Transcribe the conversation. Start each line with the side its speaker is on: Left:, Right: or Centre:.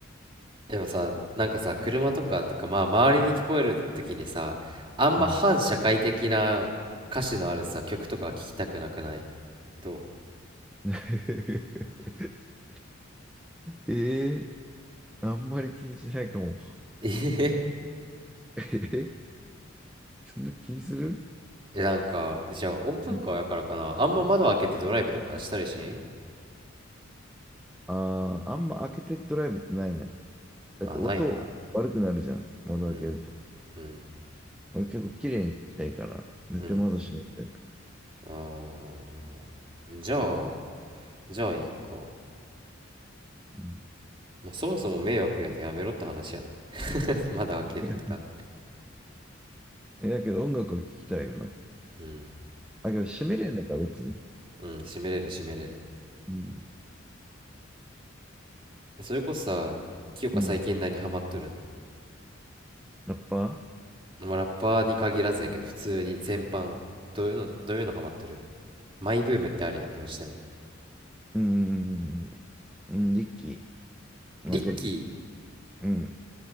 Right: でもさ、なんかさ、車とかってか、まあ、周りに聞こえる時にさ、あんま反社会的な歌詞のあるさ、
Centre: うん。
Right: 曲とか聞きたくなくないどう
Centre: <laughs> ええあんまり気にしないかも。
Right: <laughs> えへへ
Centre: <laughs> えーそんな気にする
Right: え、なんか、じゃあ、オープンカーやからかな。
Centre: うん
Right: あんま窓開けてドライブとかしたりしん
Centre: あああんま開けてドライブってないないだって音悪くなるじゃん、
Right: あ、ないか。
Centre: 窓開けると。
Right: うん。うん。
Centre: 俺結構綺麗に聞きたいから、絶対窓閉めるタイプ。
Right: うん。あーじゃあ、
Centre: うん。
Right: じゃあ、いっか。
Centre: うん、
Right: まあ、そもそも迷惑やでやめろって話やな。<laughs> 窓開けるとか。
Centre: <laughs> だけど音楽を聞きたいよな。
Right: うん。
Centre: あ、けど閉めれんのか、別に。
Right: うん、締めれる締めれる。
Centre: うん。
Right: それこそさ、清香最近何ハマっとるん
Centre: うん。ラッパー
Right: まあ、ラッパーに限らずやけど、普通に全般、どういうの、どういうのハマっとるマイブームってあるやん、どうしても。
Centre: うん。うん、リッキー。
Right: リッキー
Centre: なんか、うん。